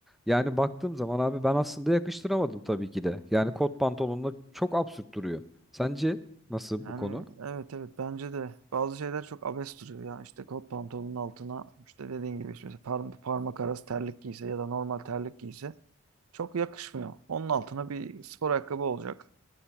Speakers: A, in the centre; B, on the right (about 85°).
A: Yani baktığım zaman abi ben aslında yakıştıramadım tabii ki de. Yani kot pantolonla çok absürt duruyor. Sence nasıl
B: Yani
A: bu konu?
B: evet evet bence de bazı şeyler çok abes duruyor ya. İşte kot pantolonun altına işte dediğin gibi işte mesela par- parmak arası terlik giyse ya da normal terlik giyse çok yakışmıyor. Onun altına bir spor ayakkabı olacak.